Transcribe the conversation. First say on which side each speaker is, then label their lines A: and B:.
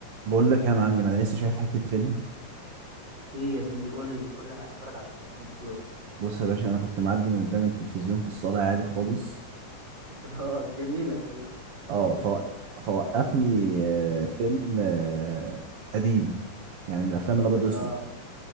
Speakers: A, on the right (about 60°); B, on the right (about 35°).
A: بقول لك يا معلم انا لسه شايف حته فيلم
B: ايه يا زميلي قول لي قول لي انا عايز اتفرج على شويه افلام حلوه كده
A: بص يا باشا انا كنت معدي من قدام التلفزيون في الصاله عادي خالص
B: <laughs> اه جميله الحل-
A: اه فو...
B: الفكره دي
A: فوقفني
B: <laughs>
A: آه، فيلم آه، قديم يعني من الافلام الابيض
B: اه
A: واسود